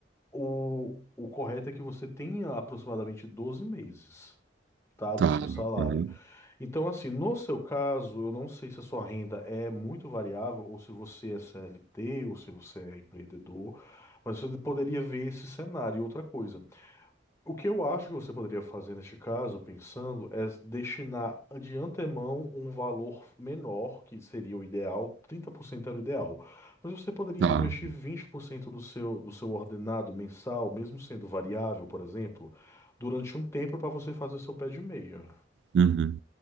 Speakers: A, on the left; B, on the right.
A: o, o correto é que você tenha aproximadamente 12 meses, tá, do
B: Tá,
A: seu salário.
B: uhum.
A: Então, assim, no seu caso, eu não sei se a sua renda é muito variável, ou se você é CLT, ou se você é empreendedor, mas você poderia ver esse cenário. E outra coisa. O que eu acho que você poderia fazer neste caso, pensando, é destinar de antemão um valor menor, que seria o ideal, 30% era o ideal. Mas você poderia
B: Tá.
A: investir 20% do seu, do seu ordenado mensal, mesmo sendo variável, por exemplo, durante um tempo para você fazer seu pé de meia.
B: Uhum.